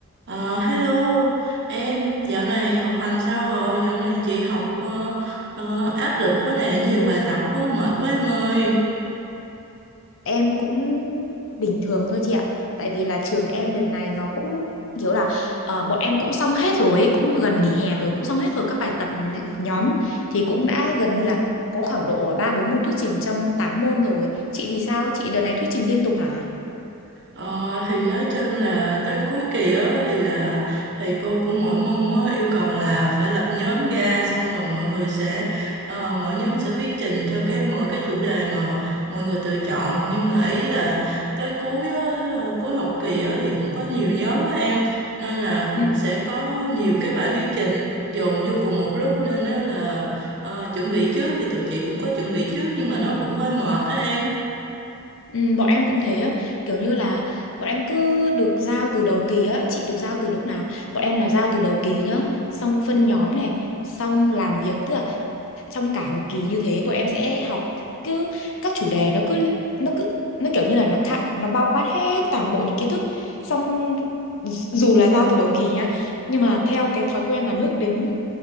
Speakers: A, on the right; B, on the left.
A: Ờ, hello em dạo này học hành sao rồi dạo này chị học ờ, ờ, áp lực quá nè nhiều bài tập quá mệt quá em ơi
B: Em cũng bình thường thôi chị ạ. Tại vì là trường em đợt này nó cũng kiểu là ờ, bọn em cũng xong hết rồi, ấy, cũng gần nghỉ hè rồi, cũng xong hết rồi các bài tập nhóm thì cũng đã gần như là có khoảng độ 3 4 môn thuyết trình trong 8 môn rồi. Chị thì sao? Chị đợt này thuyết trình liên tục hả?
A: Ờ, thì nói chung là tới cuối kỳ á thì là thầy cô của mỗi môn á yêu cầu là phải lập nhóm ra xong rồi mọi người sẽ ờ, mỗi nhóm sẽ thuyết trình cho cái mỗi cái chủ đề mà mọi người tự chọn nhưng mà ý là tới cuối á, cuối học kỳ á thì cũng có nhiều nhóm á em nên là cũng
B: Ừ,
A: sẽ có nhiều cái bài thuyết trình dồn vô cùng một lúc nên nó là ờ, chuẩn bị trước thì tụi chị cũng có chuẩn bị trước nhưng mà nó cũng hơi mệt đó em
B: ừ, bọn em cũng thế á, kiểu như là bọn em cứ được giao từ đầu kỳ á, chị được giao từ lúc nào? Bọn em là giao từ đầu kỳ nhá, xong phân nhóm này, xong làm việc, tức là trong cả một kỳ như thế bọn em sẽ học cứ các chủ đề nó cứ nó cứ nó kiểu như là nó khá, nó bao quát hết toàn bộ những kiến thức xong d- dù là giao từ đầu kỳ nha nhưng mà theo cái thói quen là nước đến